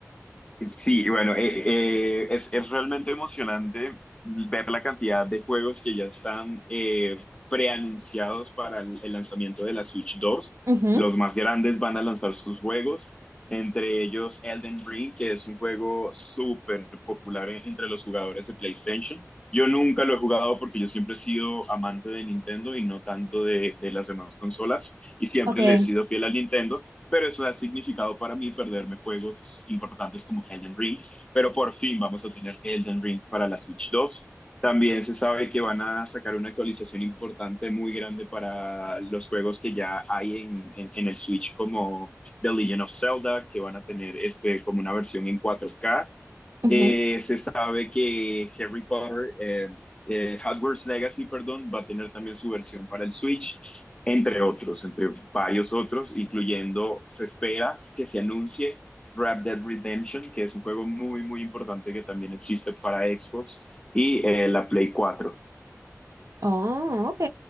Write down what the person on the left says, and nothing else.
Sí, bueno, eh, eh, es, es realmente emocionante ver la cantidad de juegos que ya están eh, preanunciados para el, el lanzamiento de la Switch 2.
Los más grandes van a lanzar sus juegos, entre ellos Elden Ring, que es un juego súper popular en- entre los jugadores de PlayStation. Yo nunca lo he jugado porque yo siempre he sido amante de Nintendo y no tanto de, de las demás consolas y siempre
le he sido fiel a Nintendo pero eso ha significado para mí perderme juegos importantes como Elden Ring, pero por fin vamos a tener Elden Ring para la Switch 2. También se sabe que van a sacar una actualización importante, muy grande para los juegos que ya hay en, en, en el Switch, como The Legend of Zelda, que van a tener este, como una versión en 4K
eh, se sabe que Harry Potter, eh, eh, Hogwarts Legacy, perdón, va a tener también su versión para el Switch, entre otros, entre varios otros, incluyendo, se espera que se anuncie Red Dead Redemption, que es un juego muy, muy importante que también existe para Xbox y eh, la Play cuatro.